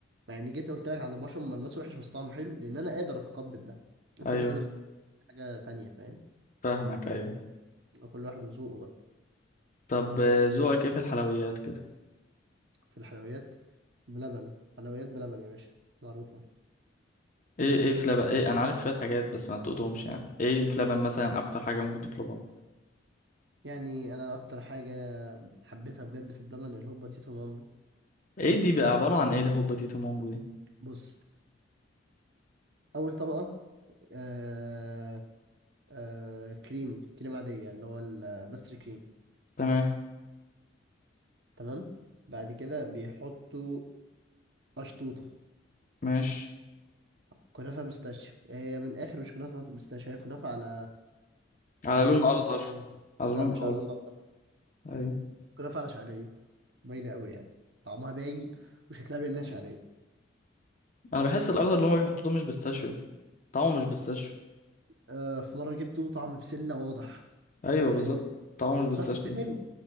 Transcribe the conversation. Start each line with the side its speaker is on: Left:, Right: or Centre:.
Right: مع اني جيت قلت لك على البشر ملمسه وحش بس طعمه حلو لان انا قادر اتقبل ده انت
Left: ايوه
Right: مش قادر تتقبل حاجه تانية فاهم
Left: فاهمك ايوه
Right: او كل واحد وذوقه بقى
Left: طب آه، ذوقك ايه في الحلويات كده
Right: في الحلويات بلبن حلويات بلبن يا باشا معروفه
Left: ايه ايه في لبن ايه انا عارف شويه حاجات بس ما تقولهمش يعني ايه في لبن مثلا اكتر حاجه ممكن تطلبها
Right: يعني انا اكتر حاجه حبيتها بجد في اللبن الهوبا تيتو مامبو
Left: ايه دي بقى
Right: دي
Left: عباره عن ايه الهوبا دي تومامبو دي
Right: بص اول طبقه آه آه كريم كريم عاديه اللي هو الباستري كريم
Left: تمام
Right: تمام بعد كده بيحطوا قشطوطه
Left: ماشي
Right: كنافة بيستاشيو هي من الآخر مش كنافة بيستاشيو هي كنافة على
Left: على
Right: على
Left: لون
Right: اللي هو
Left: اخضر
Right: ده اسمه
Left: على
Right: لا
Left: لون
Right: مش
Left: اخضر
Right: على الله ده
Left: ايوه
Right: كنافة على شعرية باينة قوي يعني طعمها باين وشكلها باين إنها شعرية
Left: انا بحس الاخضر اللي هم بيحطوه ده مش بيستاشيو طعمه مش بيستاشيو
Right: آه في مرة جبته طعم بسلة واضح
Left: ايوه
Right: ده
Left: بالظبط
Right: حقيقي
Left: طعمه مش بيستاشيو
Right: بس حلو